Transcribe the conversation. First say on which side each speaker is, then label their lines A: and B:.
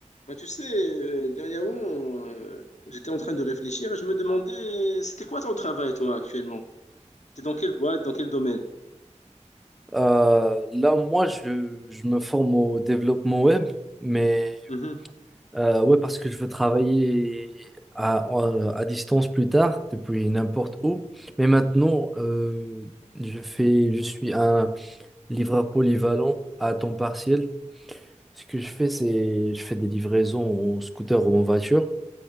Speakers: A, on the left (about 70°); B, in the centre.
A: Bah, tu sais, euh, dernièrement, euh, j'étais en train de réfléchir et je me demandais, c'était quoi ton travail, toi, actuellement? T'es dans quelle boîte, dans quel domaine?
B: Euh, là, moi, je, je me forme au développement web, mais
A: Mhm.
B: euh, ouais, parce que je veux travailler à, en- à distance plus tard, depuis n'importe où. Mais maintenant, euh, je fais, je suis un livreur polyvalent à temps partiel. Ce que je fais, c'est je fais des livraisons en scooter ou en voiture.